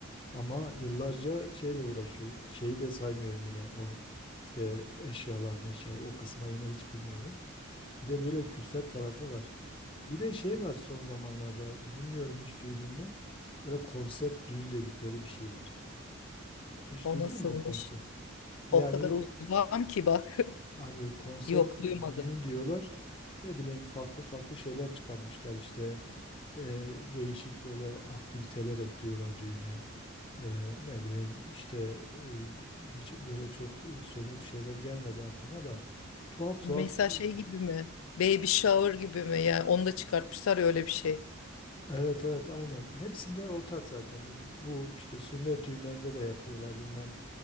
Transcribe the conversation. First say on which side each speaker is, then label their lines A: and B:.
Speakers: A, on the left; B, on the left.
A: Ama yıllarca şeyle uğraşıyor. Şeyi de saymıyorum yine o işte eşyalar meşyalar o kısma yine hiç girmiyorum. Bir de böyle külfet tarafı var. Bir de şey var son zamanlarda bilmiyorum hiç duydun mu? Böyle konsept düğün dedikleri bir şey var. Hiç
B: o
A: duydun
B: nasılmış?
A: mu o konsept? Yani
B: O kadar uzağım ki bak
A: hani konsept
B: <laughs> yok duymadım.
A: düğün diyorlar. Ne bileyim farklı farklı şeyler çıkarmışlar işte. E, değişik böyle aktiviteler ekliyorlar düğüne. E, ne bileyim işte e, hiç böyle çok e, somut şeyler gelmedi aklıma da. Tuhaf
B: Mesela
A: tuhaf
B: şey gibi mi? Baby shower gibi mi? Yani onu da çıkartmışlar ya öyle bir şey.
A: Evet evet aynen. Hepsinde ortak zaten. Bu işte sünnet düğünlerinde de yapıyorlar bilmem